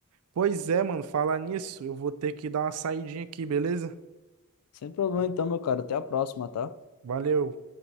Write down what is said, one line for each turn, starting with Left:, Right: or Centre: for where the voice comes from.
Right: Pois é, mano, falar nisso, eu vou ter que dar uma saidinha aqui, beleza?
Left: Sem problema então, meu cara. Até a próxima, tá?
Right: Valeu.